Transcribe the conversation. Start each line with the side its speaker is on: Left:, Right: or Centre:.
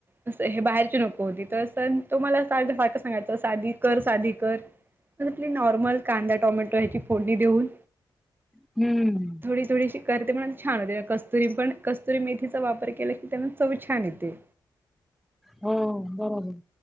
Right: असं हे बाहेरची नको होती तर तो मला फारका सांगायचं साधी कर साधी कर आपली नॉर्मल कांदा टोमॅटो ह्याची फोडणी देऊन
Centre: हम्म.
Right: थोडी थोडीशी करते म्हण छान होते कस्तुरी पण कस्तुरी मेथीचा वापर केला त्याण चव छान येते.
Centre: हो बरोजर.